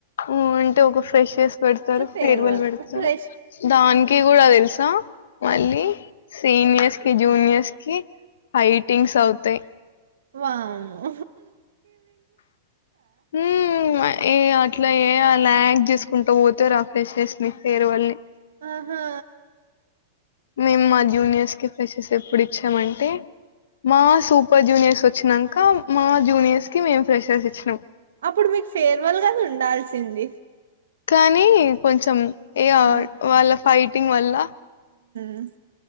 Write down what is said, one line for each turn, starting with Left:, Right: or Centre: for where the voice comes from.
Left: హ్మ్ అంటే ఒక ఫ్రెషర్స్ పెడతారు
Right: ఫేర్వెల్
Left: ఫేర్ వెల్ పెడతారు
Right: ఫ్రెష్
Left: దానికి కూడా తెల్స్ కా మళ్ళీ సీనియర్స్ కి జూనియర్స్ కి ఫైటింగ్స్ అవుతాయ్
Right: వామ్మో
Left: హ్మ్ ఏ అట్లా ఏ లాగ్ చేసుకుంటు పోతారు ఆ ఫ్రెషర్స్ ని ఫేర్ వెల్ ని
Right: ఆహా
Left: మేము మా జూనియర్స్ కి ఫ్రెషర్స్ ఎప్పుడు ఇచ్చామంటే మా సూప్ జూనియర్స్ వచ్చినంకా మా జూనియర్స్ కి మేం ఫెషర్స్ ఇచ్చినాం
Right: అప్పుడు మీకు ఫేర్ వెల్ గదా ఉండాల్సింది
Left: కానీ కొంచెం ఇగ
Right: ఆ
Left: వాళ్ళ ఫైటింగ్ వల్ల
Right: హ